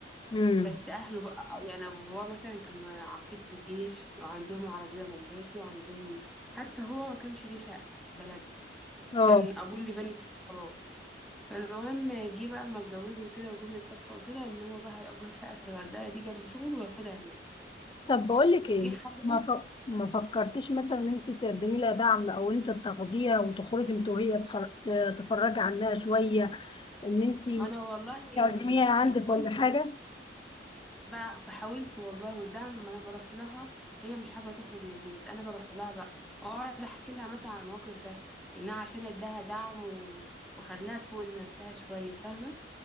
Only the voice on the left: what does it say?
امم
اه
طب بقول لك ايه
ما ف... ما فكرتيش مثلا ان انت تقدمي لها دعم او انت تاخديها وتخرجي انت وهي تخر... ت- تفرجي عنها شويه ان انت
تعزميها عندك
ولا
حاجه